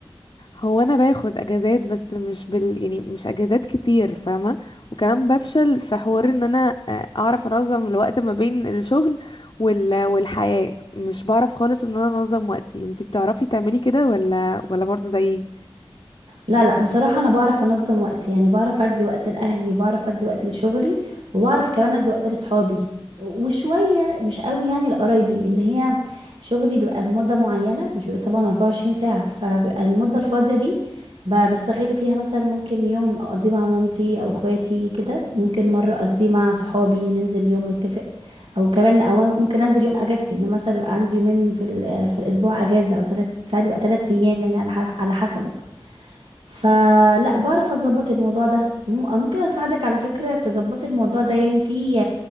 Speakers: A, on the left; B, on the right.
A: هو انا باخد اجازات بس مش بال يعني مش اجازات كتير فاهمه وكمان بفشل في حوار ان انا آه، اعرف انظم الوقت ما بين الشغل وال... والحياه مش بعرف خالص ان انا انظم وقتي انتي بتعرفي تعملي كده ولا ولا برضه زيي
B: لا لا بصراحة أنا بعرف أنظم وقتي يعني بعرف أدي وقت لأهلي وبعرف أدي وقت لشغلي وبعرف كمان أدي وقت لأصحابي وشوية مش قوي يعني لقرايبي إن هي شغلي بيبقى بمدة معينة مش بيبقى طبعا 24 ساعة فبيبقى المدة الفاضية دي ب- بستغل فيها مثلا ممكن يوم أقضيه مع مامتي أو إخواتي كده ممكن مرة أقضيه مع صحابي ننزل يوم نتفق أو كمان أو ممكن أنزل يوم أجازتي إن مثلا بيبقى عندي يومين في ال- في الأسبوع أجازة أو تلات ساعات بيبقى تلات أيام يعني على ح- على حسب فلا بعرف اظبط الموضوع ده وم- ممكن اساعدك على فكرة تظبطي الموضوع ده يعني في